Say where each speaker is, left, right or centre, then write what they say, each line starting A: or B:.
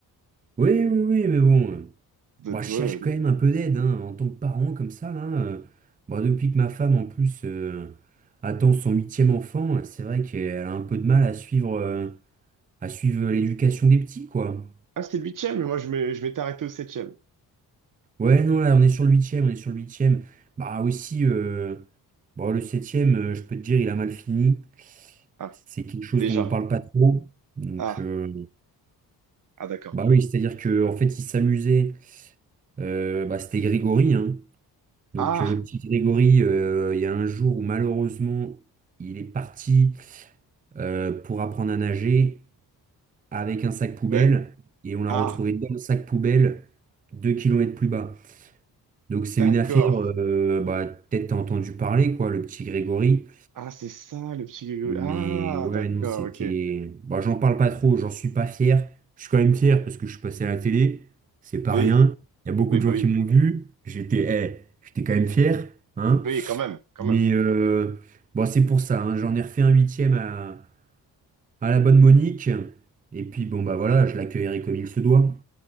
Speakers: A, on the right; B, on the right.
A: Oui, oui, oui, mais bon. euh,
B: De-
A: Bah, je
B: ouais,
A: cherche
B: non.
A: quand même un peu d'aide, hein, en tant que parent, comme ça, là. euh, bah, depuis que ma femme, en plus, euh, attend son huitième enfant, c'est vrai qu'elle a un peu de mal à suivre, euh, à suivre l'éducation des petits, quoi.
B: Ah, c'était le huitième, mais moi je m'ai- je m'étais arrêté au septième.
A: Ouais, non, là, on est sur le huitième, on est sur le huitième. Bah aussi, euh, bon, le septième, euh, je peux te dire, il a mal fini.
B: Ah,
A: C'est quelque chose
B: déjà.
A: dont on parle pas trop. Donc,
B: Ah,
A: euh,
B: ah d'accord.
A: bah oui, c'est-à-dire que en fait, il s'amusait. Euh, bah, c'était Grégory, hein. Donc,
B: Ah,
A: euh, le petit Grégory, euh, il y a un jour où malheureusement, il est parti euh, pour apprendre à nager avec un sac poubelle
B: ouais.
A: et on l'a
B: Ah,
A: retrouvé dans le sac poubelle deux kilomètres plus bas. Donc c'est
B: d'accord.
A: une affaire, euh, bah, peut-être t'as entendu parler, quoi, le petit Grégory.
B: Ah, c'est ça, le petit Grégory.
A: Mais
B: Ah,
A: ouais,
B: d'accord,
A: non, c'était...
B: ok.
A: Bah, j'en parle pas trop, j'en suis pas fier. Je suis quand même fier parce que je suis passé à la télé, c'est pas
B: Oui,
A: rien. Il y a beaucoup
B: oui,
A: de
B: bah
A: gens
B: oui.
A: qui m'ont vu, j'étais eh, j'étais quand même fier, hein.
B: Oui, quand même, quand
A: Mais
B: même.
A: euh, bon, c'est pour ça, hein, j'en ai refait un huitième à, à la bonne Monique. Et puis bon, bah voilà, je l'accueillerai comme il se doit.